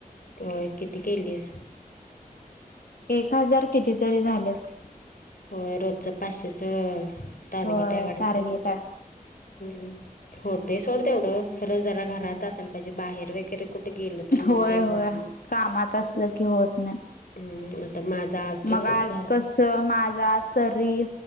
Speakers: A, on the left (about 70°); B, on the left (about 80°).
A: होय किती केलीस?
B: एक हजार कितीतरी झालेत.
A: हो रोजचं पाचशेचं टारगेट
B: होय
A: हाय वाटतं
B: टार्गेट हाय
A: हम्म. हो ते सोड तेवढं खरं जरा घरात असाल पाहिजे बाहेर वगैरे कुठे गेलं तर मग
B: होय
A: ते होत
B: होय
A: नाय,
B: कामात असलं की होत नाही
A: हम्म आता माझा आज तसच
B: मग आज
A: झालं
B: कसं माझा आज तरी